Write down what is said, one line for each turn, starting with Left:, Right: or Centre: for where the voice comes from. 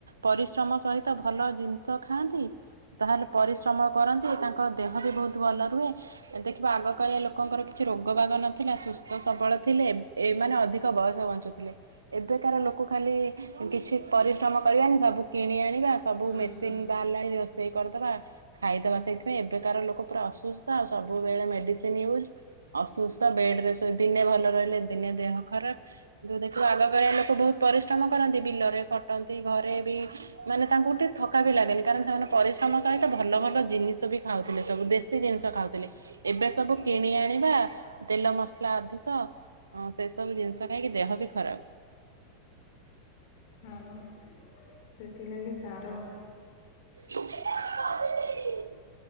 Right: ପରିଶ୍ରମ ସହିତ ଭଲ ଜିନିଷ ଖାଆନ୍ତି ତାହେଲେ ପରିଶ୍ରମ କରନ୍ତି ସେ ତାଙ୍କ ଦେହ ବି ବହୁତ ଭଲ ରୁହେ ଦେଖିବ ଆଗକାଳିଆ ଲୋକଙ୍କର କିଛି ରୋଗ ବାଗ ନଥିଲା ସୁସ୍ଥ ସବଳ ଥିଲେ ଏମାନେ ଅଧିକ ବୟସ ବଞ୍ଚୁଥିଲେ ଏବେ କାର ଲୋକ ଖାଲି କିଛି ପରିଶ୍ରମ କରିବାନି ସବୁ କିଣି ଆଣିବା ସବୁ
Left: ହୁଁ
Right: ମେସିନ୍
Left: ହୁଁ।
Right: ବାହାରିଲାଣି ରୋଷେଇ କରିଦବା ଖାଇଦବା ସେଇଥିପାଇଁ ଏବେକାର ଲୋକ ପୁରା ଅସୁସ୍ଥ ଆଉ ସବୁବେଳେ ମେଡିସିନ ୟୁଜ୍ ଅସୁସ୍ଥ ବେଡ ରେ ଦିନେ ଭଲ ରହିଲେ ଦିନେ ଦେହ ଖରାପ କିନ୍ତୁ ଦେଖୀବ ଆଗ କଳିଆ ଲୋକ ବହୁତ ପରିଶ୍ରମ କରନ୍ତି ବିଲରେ ଖଟନ୍ତି ଘରେ ବି ମାନେ ତାଙ୍କୁ ଟିକେ ଥକା ବି ଲାଗେନି କାରଣ ସେମାନେ ପରିଶ୍ରମ ସହିତ ଭଲ ଭଲ ଜିନିଷ ବି ଖାଉଥିଲେ ସବୁ ଦେଶୀ ଜିନିଷ ଖାଉଥିଲେ ଏବେ ସବୁ କିଣି ଆଣିବା। ତେଲ ମସଲା ଅଧିକ ସେ ସବୁ ଜିନିଷ ଖାଇକି ଦେହ ବି ଖରାପ।
Left: ହଁ ସେଥିଲାଗି ସାର
Right: <unintelligible>